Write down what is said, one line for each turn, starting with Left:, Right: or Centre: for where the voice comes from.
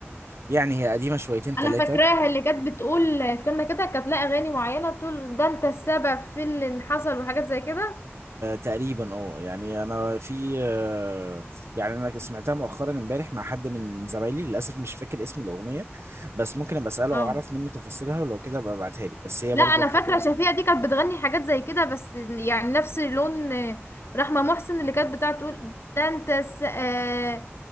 Right: يعني هي قديمة شويتين ثلاثة
Left: انا فاكراها اللي كانت بتقول استنى كده كانت لها اغاني معينه بتقول ده انت السبب في اللي حصل وحاجات زي كده
Right: تقريبا اه يعني انا في آه، يعني انا سمعتها مؤخرا امبارح مع حد من زمايلي للاسف مش فاكر اسم الاغنية بس ممكن ابقى اساله
Left: اه
Right: واعرف منه تفاصيلها ولو كده ابقى ابعتها لك بس هي
Left: لا
Right: برضو
Left: انا
Right: حاجة
Left: فاكره شفيقه دي كانت بتغني حاجات زي كده بس يعني نفس لون آه، رحمه محسن اللي كانت بتاعت تقول ده انت الس... آه...